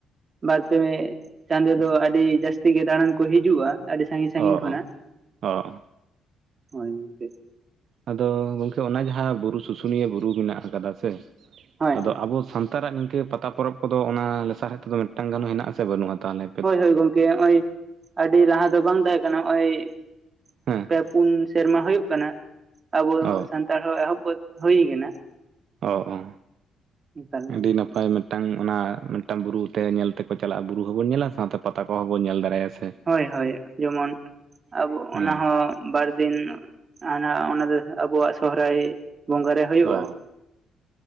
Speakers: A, on the right (about 40°); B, on the right (about 65°).
A: ᱵᱟᱨ ᱯᱮ ᱪᱟᱸᱫᱳ ᱫᱚ ᱟᱹᱰᱤ ᱡᱟᱹᱥᱛᱤ ᱜᱮ ᱫᱟᱲᱟᱱ ᱠᱚ ᱦᱤᱡᱩᱜᱼᱟ ᱟᱹᱰᱤ ᱥᱟᱺᱜᱤᱧ ᱥᱟᱺᱜᱤᱧ
B: ᱚ ᱚ
A: ᱠᱷᱚᱱᱟᱜ
B: ᱚ
A: <unintelligible>
B: ᱟᱫᱚ ᱜᱚᱝᱠᱮ ᱚᱱᱟ ᱡᱟᱦᱟᱸ ᱵᱩᱨᱩ ᱥᱩᱥᱩᱱᱤᱭᱟᱹ ᱵᱩᱨᱩ ᱢᱮᱱᱟᱜ ᱟᱠᱟᱫᱟ ᱥᱮ
A: ᱦᱳᱭ
B: ᱟᱫᱚ
A: ᱦᱳᱭ
B: ᱟᱵᱚ ᱥᱟᱱᱛᱟᱲ-ᱟᱜ ᱱᱤᱝᱠᱟᱹ ᱯᱟᱛᱟ ᱯᱚᱨᱚᱵᱽ ᱠᱚᱫᱚ ᱚᱱᱟ ᱞᱟᱥᱟᱨ ᱦᱮᱫ ᱛᱮ ᱫᱚ ᱢᱤᱫ ᱴᱟᱝ ᱜᱟᱱ ᱦᱚᱸ ᱦᱮᱱᱟᱜᱼᱟ ᱥᱮ ᱵᱟᱹᱱᱩᱜᱼᱟ ᱛᱟᱦᱞᱮ
A: ᱦᱳᱭ ᱦᱳᱭ ᱜᱚᱝᱠᱮ ᱱᱚᱜ-ᱚᱭ ᱟᱹᱰᱤ ᱞᱟᱦᱟ ᱫᱚ ᱵᱟᱝ ᱛᱟᱦᱮᱸ ᱠᱟᱱᱟ ᱱᱚᱜ-ᱚᱭ <unintelligible>
B: ᱦᱮᱸ
A: ᱯᱩᱱ ᱥᱮᱨᱢᱟ ᱦᱩᱭᱩᱜ ᱠᱟᱱᱟ ᱟᱵᱚ
B: ᱚ
A: ᱥᱟᱱᱛᱟᱲ ᱦᱚᱸ ᱮᱦᱚᱵ ᱦᱩᱭ ᱠᱟᱱᱟ᱾
B: ᱚ ᱚ
A: ᱮᱠᱟᱞ
B: ᱟᱹᱰᱤ
A: ᱜᱚᱝᱠᱮ
B: ᱱᱟᱯᱟᱭ ᱢᱤᱫ ᱢᱤᱫᱴᱟᱝ ᱚᱱᱟ ᱢᱤᱫᱴᱟᱝ ᱵᱩᱨᱩ ᱛᱮ ᱧᱮᱞ ᱛᱮᱠᱚ ᱪᱟᱞᱟᱜᱼᱟ ᱵᱩᱨᱩ ᱦᱚᱸᱵᱚᱱ ᱧᱮᱞᱟ ᱥᱟᱶᱛᱮ ᱯᱟᱛᱟ ᱠᱚᱦᱚᱸᱵᱚᱱ ᱧᱮᱞ ᱫᱟᱨᱟᱭᱟ ᱥᱮ᱾
A: ᱦᱳᱭ ᱦᱳᱭ ᱡᱮᱢᱚᱱ ᱟᱵᱚ
B: ᱦᱮᱸ
A: ᱚᱱᱟ ᱦᱚᱸ ᱵᱟᱨᱫᱤᱱ ᱦᱟᱱᱟ ᱚᱱᱟ ᱫᱚ ᱟᱵᱩᱣᱟᱜ ᱥᱚᱦᱨᱟᱭ ᱵᱚᱸᱜᱟ ᱨᱮ ᱦᱩᱭᱩᱜᱼᱟ᱾
B: ᱚ